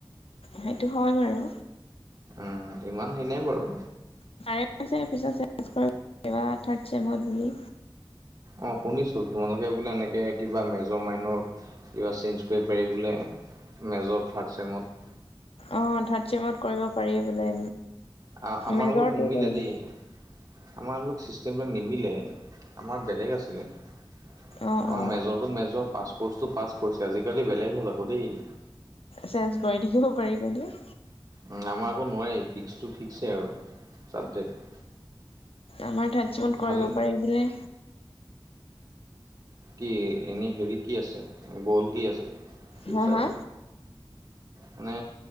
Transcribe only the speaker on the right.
উম, ইমান হেৰি নাই বাৰু।
অ', শুনিছো তোমালোকে বোলে এনেকে কিবা মেজৰ মাইনৰ কিবা চেঞ্জ কৰি পাৰি বোলে মেজৰ থাৰ্ড চেমত।
অ', আমাৰ
লগত নিমিলে
দেই। আমাৰ অলপ চিষ্টেম বিলাক নিমিলে। আমাৰ বেলেগ আছিলে আমাৰ
মেজ মেজৰ টো মেজৰ। পাছ ক'ৰ্চটো পাছ ক'ৰছ আজিকালি বেলেগ হ'ল আকৌ দেই।
ওম, আমাৰ আকো নোৱাৰি ফিক্সটো ফিক্সেই আৰু চাবজেক্ট।
ভালে
কি এনেই হেৰি কি আছে, গ'ল কি আছে? ফিউচাৰ
মানে